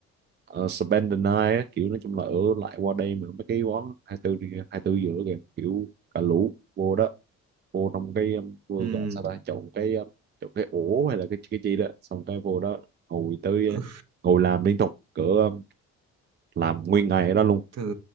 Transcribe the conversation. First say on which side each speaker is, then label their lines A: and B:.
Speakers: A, on the right; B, on the right.
A: ờ, spend the night á, kiểu nói chung là ở lại qua đây mà mấy cái quán hai tư đi- hai tư giữa kìa kiểu cả lũ vô đó vô trong cái um, vô
B: ừ,
A: gọi sao ta chọn cái um, chọn cái ổ hay là cái cái gì đó xong cái vô đó ngồi tới
B: ừ
A: uh, ngồi làm liên tục cỡ um, làm nguyên ngày ở đó luôn
B: thì,